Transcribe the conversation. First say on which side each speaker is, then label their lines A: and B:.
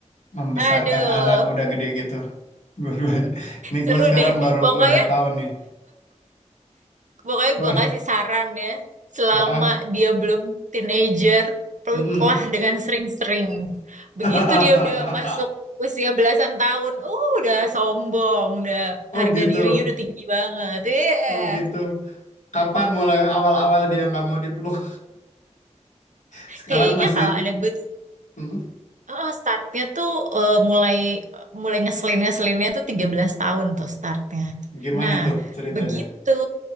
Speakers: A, on the left; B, on the right.
A: membesarkan
B: aduh,
A: anak udah gede gitu? Dua-duanya. Nih
B: seru
A: gue sekarang
B: deh.
A: baru
B: Pokoknya,
A: lima tahun nih.
B: pokoknya
A: <laughs>
B: gue kasih saran ya. Selama
A: Heeh.
B: dia belum teenager, peluklah
A: Mm-mm.
B: dengan sering-sering. Begitu
A: <laughs>
B: dia udah masuk usia belasan tahun, uh, udah sombong, udah
A: Oh
B: harga
A: gitu.
B: dirinya udah tinggi banget. Iya.
A: Oh gitu. Kapan mulai awal-awal dia nggak mau dipeluk? <laughs> Sekarang
B: Kayaknya
A: masih.
B: kalau anak gue
A: Mm.
B: Ah, startnya tuh eh, mulai mulai ngeselin ngeselinnya tuh 13 tahun tuh startnya.
A: Gimana
B: Nah,
A: tuh ceritanya?
B: begitu.